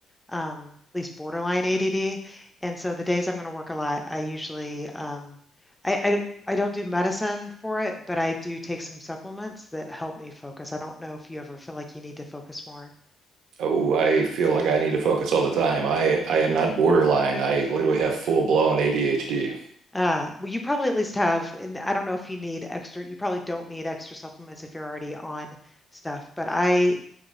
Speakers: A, in the centre; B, on the right.
A: um at least borderline ADD. And so the days I'm going to work a lot, I usually um I, I I don't do medicine for it, but I do take some supplements that help me focus. I don't know if you ever feel like you need to focus more.
B: Oh, I feel like I need to focus all the time. I I am not borderline. I literally have full blown ADHD.
A: Uh, well, you probably at least have, and I don't know if you need extra, you probably don't need extra supplements if you're already on stuff, but I